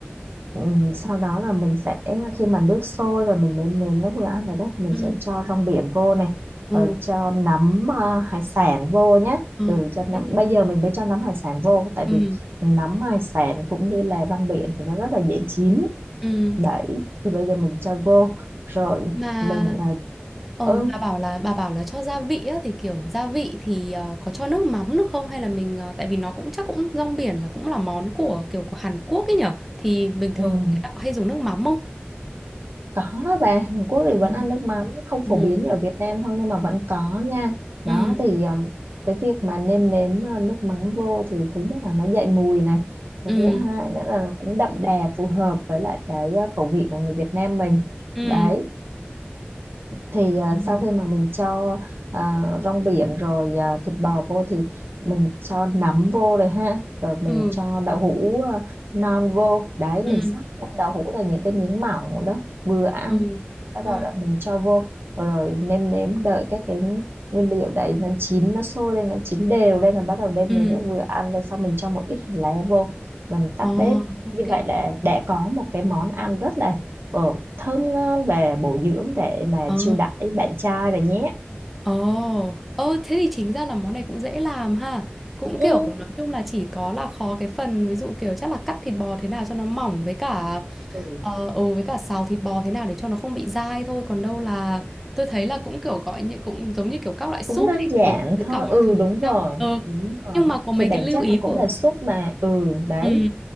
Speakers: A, on the right; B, in the centre.
A: ừm, sau đó là mình sẽ khi mà nước sôi rồi mình nêm nếm nó vừa ăn rồi đấy mình
B: ừ
A: sẽ cho rong biển vô này
B: ừ
A: rồi cho nấm ờ, hải sản vô nhé
B: ờ
A: ừ cho nấm
B: ok.
A: bây giờ mình mới cho nấm hải sản vô tại
B: ừ
A: vì nấm hải sản cũng như là rong biển thì nó rất là dễ chín
B: ừ
A: đấy thì bây giờ mình cho vô rồi
B: mà
A: mình à,
B: ôi
A: ơi
B: bà bảo là bà bảo là cho gia vị á thì kiểu gia vị thì ờ, có cho nước mắm được không hay là mình ờ, tại vì nó cũng chắc cũng rong biển là cũng là món của kiểu của Hàn Quốc ấy nhở thì bình thường
A: ừ,
B: người ta có hay dùng nước mắm không
A: có đó bà Hàn Quốc thì vẫn
B: Ừ.
A: ăn nước mắm không
B: ừ
A: phổ biến như ở Việt Nam thôi nhưng mà vẫn có nha đó
B: ừ
A: thì um, cái việc mà nêm nếm uh, nước mắm vô thì thứ nhất là nó dậy mùi này cái
B: ừ
A: thứ hai nữa là nó cũng đậm đà phù hợp với lại cái uh, khẩu vị của người Việt Nam mình
B: ừ
A: đấy thì à,
B: Ừ.
A: sau khi mà mình cho à, rong biển rồi à, thịt bò vô thì mình cho nấm vô rồi ha rồi mình
B: ừ
A: cho đậu hũ à, non vô đấy mình
B: ừ
A: sắp ra đậu hũ thành những cái miếng mỏng đấy vừa ăn
B: ừ
A: bắt
B: ừ
A: đầu là mình cho vô rồi, rồi nêm nếm đợi các cái nguyên liệu đấy nó chín nó sôi lên nó chín đều lên là bắt đầu nêm
B: ừ
A: nếm nó vừa ăn rồi sau mình cho một ít hành lá vô và mình tắt
B: ờ
A: bếp
B: ok
A: như vậy là đã có một cái món ăn rất là ờ, thơm ngon và bổ dưỡng để mà
B: ờ
A: chiêu đãi bạn trai rồi nhé
B: Ồ, ơ thế thì chính ra là món này cũng dễ làm ha. Cũng
A: ừ,
B: kiểu nói chung là chỉ có là khó cái phần ví dụ kiểu chắc là cắt thịt bò thế nào cho nó mỏng với cả
A: ừ,
B: ờ ừ với cả xào thịt bò thế nào để cho nó không bị dai thôi. Còn đâu là tôi thấy là cũng kiểu gọi như cũng giống như kiểu các loại súp
A: cũng đơn
B: thì
A: giản
B: cũng đổ tất
A: thôi
B: cả mọi
A: ừ
B: thứ
A: đúng
B: với
A: rồi
B: nhau. Ừ.
A: đúng rồi
B: Nhưng mà có mấy
A: thì bản
B: cái lưu
A: chất
B: ý
A: nó cũng
B: của
A: là súp mà ừ đấy
B: Ừ.